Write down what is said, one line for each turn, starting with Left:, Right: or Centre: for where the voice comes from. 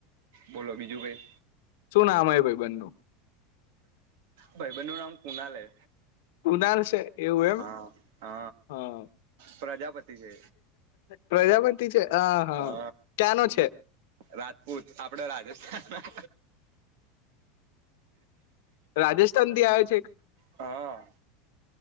Right: બોલો બીજું કઈ
Left: શું નામ હે ભઈબંધનું
Right: ભાઈબનનું નામ કુનાલ હૈ
Left: કુનાલ છે એવું એમ
Right: હ હ
Left: હા
Right: પ્રજાપતિ છે,
Left: પ્રજાપતિ છે હા હા
Right: હ
Left: ક્યાંનો છે
Right: રાજપૂત આપડે રાજસ્થાનના
Left: રાજસ્થાન થી આવ્યો છે
Right: હ.